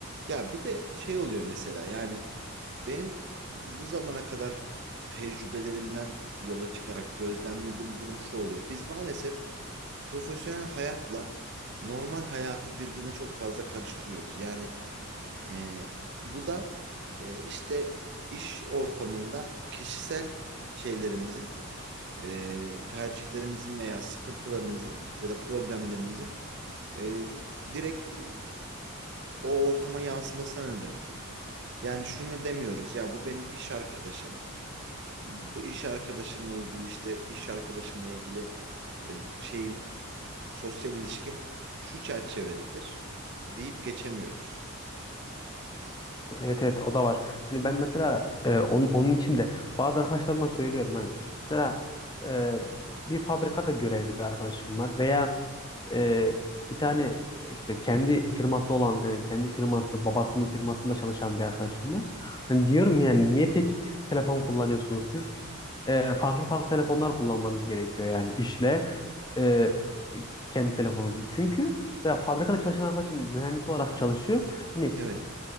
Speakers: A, on the right; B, on the left.
A: Ya bir de şey oluyor mesela yani Benim bu zamana kadar tecrübelerimden yola çıkarak gözlemlediğim durum şu oluyor. Biz maalesef profesyonel hayatla normal hayatı birbirine çok fazla karıştırıyoruz. Yani e, bu da e, işte iş ortamında kişisel şeylerimizin, e, tercihlerimizin veya sıkıntılarımızın ya da problemlerimizin e, direkt e, o ortama yansımasına neden oluyor. Yani şunu demiyoruz ya bu benim iş arkadaşım. Bu iş arkadaşımla ilgili işte iş arkadaşımla ilgili e, şeyim sosyal ilişkim şu çerçevededir deyip geçemiyoruz.
B: Evet evet o da var. Hani ben mesela e, onun, onun için de bazı arkadaşlarıma söylüyorum hani mesela e, bir fabrikada görevli bir arkadaşım var veya e, bir tane e, işte kendi firması olan yani kendi firması babasının firmasında çalışan bir arkadaşım var. Hani diyorum yani niye tek telefon kullanıyorsunuz siz? E, farklı farklı telefonlar kullanmanız gerekiyor yani işle e, kendi telefonunuzu. Çünkü mesela fabrikada çalışan arkadaşım mühendis olarak çalışıyor. Hani
A: Evet.